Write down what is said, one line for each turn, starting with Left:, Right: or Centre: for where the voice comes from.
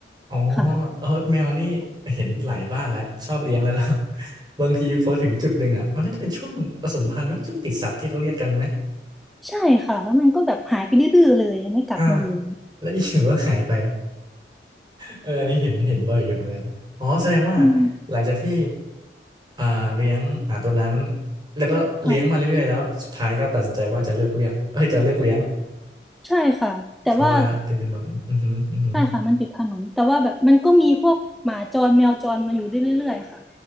Right: อ๋อ
Centre: ค่ะ
Right: เออแมวนี่เห็นหลายบ้านแล้วชอบเลี้ยงแล้วนะ <laughs> บางทีพอถึงจุดหนึ่งอ่ะมันน่าจะเป็นช่วงผสมพันธุ์นะช่วงติดสัตว์ที่เขาเรียกกันไหม
Centre: ใช่ค่ะแล้วมันก็แบบหายไปดื้อๆเลยไม่กลับมาเลย
Right: อ่าแล้วอยู่ก็หายไป <laughs> เอออันนี้เห็นเห็นบ่อยอยู่เหมือนกันอ๋อแสดงว่า
Centre: อืม
Right: หลังจากที่อ่าเลี้ยงอ่าตัวนั้นแล้วก็เลี้ยงมาเรื่อยๆแล้วสุดท้ายก็ตัดสินใจว่าจะเลิกเลี้ยงเอ้ยจะเลิกเลี้ยง
Centre: ค่ะใช่ค่ะแต่ว่า
Right: เพราะว่าติดถนนอือหืออือหือ
Centre: ใช่ค่ะมันติดถนนแต่ว่าแบบมันก็มีพวกหมาจรแมวจรมาอยู่ได้เรื่อยๆค่ะ